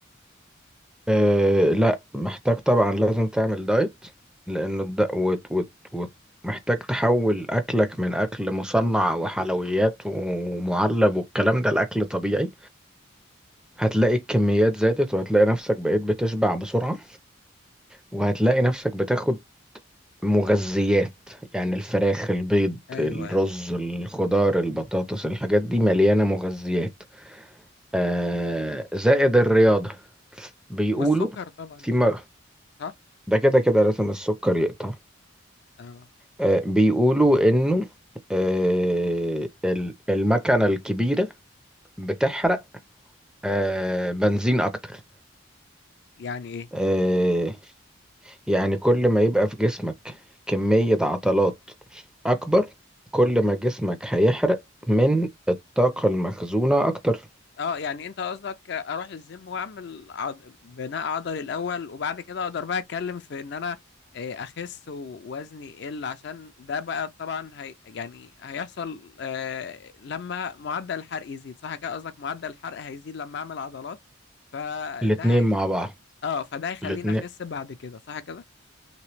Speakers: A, in the centre; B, on the left (about 55°).
A: أه لا محتاج طبعا لازم تعمل دايت لأنه الد... وت... وت... وت... محتاج تحول أكلك من أكل مصنع وحلويات ومعلب والكلام ده لأكل طبيعي هتلاقي الكميات زادت وهتلاقي نفسك بقيت بتشبع بسرعة وهتلاقي نفسك بتاخد مغذيات يعني الفراخ البيض
B: ايوه
A: الرز
B: ايوه
A: الخضار البطاطس الحاجات دي مليانة مغذيات أه زائد الرياضة بيقولوا
B: والسكر طبعا
A: في
B: يقطع
A: م-
B: صح
A: ده كده كده لازم السكر يقطع
B: اه
A: آه، بيقولوا انه آه، ال- المكنة الكبيرة بتحرق آه، بنزين اكتر
B: يعني ايه
A: آه، يعني كل ما يبقى في جسمك كمية عضلات اكبر كل ما جسمك هيحرق من الطاقة المخزونة اكتر
B: اه يعني انت قصدك اروح الجيم واعمل عض... بناء عضلي الاول وبعد كده اقدر بقى اتكلم في ان انا آه، اخس ووزني يقل عشان ده بقى طبعا هي... يعني هيحصل آه، لما معدل الحرق يزيد صح كده قصدك معدل الحرق هيزيد لما اعمل عضلات فده
A: الاتنين
B: هيخليني
A: مع بعض
B: اه فده هيخليني
A: الاتنين
B: اخس بعد كده صح كده